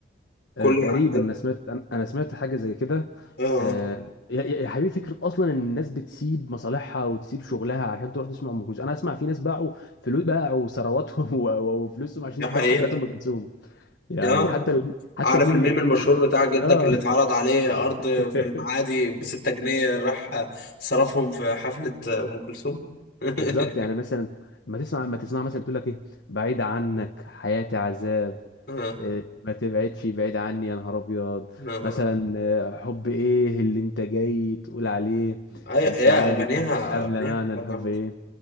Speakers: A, on the left; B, on the left.
A: كل
B: آه تقريبا
A: العائدات
B: انا سمعت انا أنا سمعت حاجه زي كده
A: اه
B: آه يا يا- يا حبيبي فكره اصلا ان الناس بتسيب مصالحها وتسيب شغلها عشان تروح تسمع ام كلثوم انا اسمع في ناس باعوا فلوس باعوا ثرواتهم <laughs> و- وفلوسهم
A: دي
B: عشان يحضروا
A: حقيقه
B: حفلات ام كلثوم يعني
A: اه
B: حتى ال... حتى
A: عارف
B: الميم
A: الميم
B: اللي, اللي
A: المشهور
B: بنشوفه
A: بتاع جدك
B: اه
A: اللي اتعرض عليه ارض
B: <laughs>
A: في المعادي بستة جنيه
B: بالظبط
A: راح صرفهم في حفله ام كلثوم <laughs>
B: بالظبط يعني مثلا ما تسمع ما تسمع مثلا بتقول لك ايه بعيد عنك حياتي عذاب
A: اه
B: إيه، ما تبعدش بعيد عني يا نهار ابيض
A: اه
B: مثلا آه، حب ايه اللي انت جاي تقول عليه
A: أي- يا
B: انت عارف
A: اغانيها
B: قبل
A: اغانيها
B: معنى
A: بتبقى
B: الحب
A: جامدة.
B: ايه